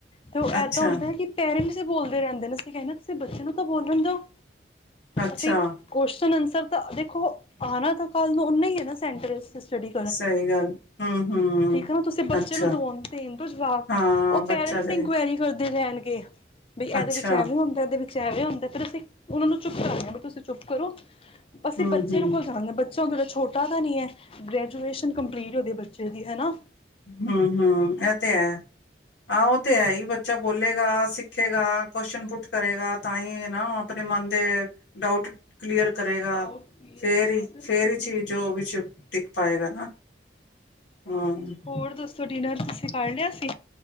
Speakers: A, on the left; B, on the left.
A: ਤੇ ਉਹ
B: ਅੱਛਾ
A: ਏਦਾਂ ਹੁੰਦਾ ਹੈ ਕਿ ਪੈਰਿਸ ਬੋਲਦੇ ਰਹਿੰਦੇ ਨੇ ਅਸੀਂ ਕਹਿੰਦੇ ਤੁਸੀਂ ਬੱਚੇ ਨੂੰ ਤਾਂ ਬੋਲਣ ਦਿਓ-
B: ਅੱਛਾ
A: ਅਸੀਂ ਕੁਸ਼ਚਨ ਆਨਸਰ ਸਰ ਤਾਂ ਦੇਖੋ ਆਣਾ ਤਾਂ ਕੱਲ ਨੂੰ ਓਨਾ ਹੀ ਹੈ ਨਾ ਸੈਂਟਰ ਸਟੱਡੀ
B: ਸਹੀ ਗੱਲ ਹਮ ਹਮ
A: ਠੀਕ ਹੈ ਨਾ ਤੁਸੀਂ ਬੱਚੇ
B: ਅੱਛਾ
A: ਨੂੰ ਦਵਾਉਣ ਦੇਣ ਦੋ ਜਵਾਬ,
B: ਹਾਂ
A: ਉਹ ਪੇਰੈਂਟਸ
B: ਬੱਚਾ ਦੇ
A: ਇਨਕੁਆਇਰੀ ਕਰਦੇ ਰਹਿਣਗੇ ਬਈ ਇਹਦੇ
B: ਅੱਛਾ
A: ਵਿੱਚ ਐਵੇਂ ਹੁੰਦਾ ਇਹਦੇ ਵਿੱ ਵੇ ਹੁੰਦੇ ਫਿਰ ਅਸੀਂ ਉਹਨਾਂ ਨੂੰ ਚੁੱਪ ਕਰਾਂਦੇ ਵੀ ਤੁਸੀਂ ਚੁੱਪ ਕਰੋ, ਅਸੀਂ
B: ਹਮ
A: ਬੱਚੇ
B: ਹਮ
A: ਨੂੰ ਕੋਲ ਜਾਣਗੇ ਬੱਚਾ ਹ ਤੁਹਾੜਾ ਛੋਟਾ ਪਤਾ ਨਹੀਂ ਇਹ ਗਰੈਜੂਏਟ ਕੰਪਲੀਟ ਹੋਦੇ ਬੱਚੇ ਦੀ ਹਨਾ,
B: ਹੁ, ਹੂ, ਇਹ ਤੇ ਹੈ, ਆਹੋ ਤੇ ਹੈ ਹੀ ਬੱ ਬੱਚਾ ਬੋਲੇਗਾ, ਸਿੱਖੇਗਾ, ਕੁਸ਼ਚਨ ਪੁੱਟ ਕਰੇਗਾ, ਤਾਂ ਹੀ ਨਾ ਉਹ ਆਪਣੇ ਮਨ ਦੇ ਡਾਊਟ ਕਲੀਅਰ ਕਰੇਗਾ,
A: ਡਾਊਟ ਕਲੀਅਰ
B: ਫੇਰ
A: ਕਰੇਗਾ
B: ਹੀ
A: ਬਿਲਕੁਲ
B: ਫੇਰ
A: ਬਿਲਕੁਲ
B: ਹੀ ਚੀਜ਼
A: ਸਹੀ ਕਿਹਾ।
B: ਵਿੱਚ ਟਿਕ ਪਾਏਗਾ ਨਾ, ਹਾਂ।
A: ਹੋਰ ਦੋਸਤੋ' ਡਿਨਰ'ਤੁਸੀਂ ਕਰ ਲਿਆ ਸੀ।